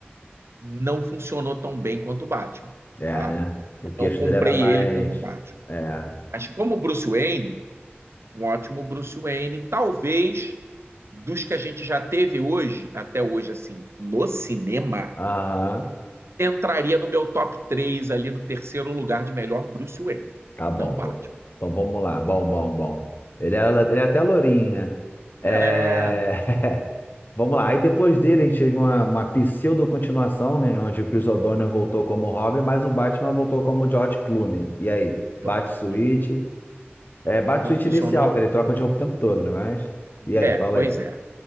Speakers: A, on the right; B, on the left.
A: não funcionou tão bem quanto o Batman,
B: É,
A: tá?
B: né? O queixo
A: Não comprei
B: dele era mais.
A: ele como Batman.
B: É.
A: Mas como Bruce Wayne, um ótimo Bruce Wayne, talvez dos que a gente já teve hoje, até hoje, assim, no cinema,
B: Aham.
A: entraria no meu top 3 ali no terceiro lugar de melhor Bruce Wayne.
B: Tá
A: Não
B: bom.
A: Batman.
B: Então vamos lá. Bom, bom, bom. Ele era, ele é até lourinho, né? É.
A: É,
B: <laughs> Vamos lá. Aí depois dele a gente teve uma, uma pseudo-continuação, né? Onde o Chris O'Donnell voltou como Robin, mas o Batman voltou como George Clooney. E aí?
A: George
B: Bat-Switch.
A: Clooney.
B: É, Bat-Switch
A: Não funcionou.
B: inicial, que ele troca de roupa o tempo todo, né? Mas. E aí,
A: É,
B: fala
A: pois
B: aí.
A: é.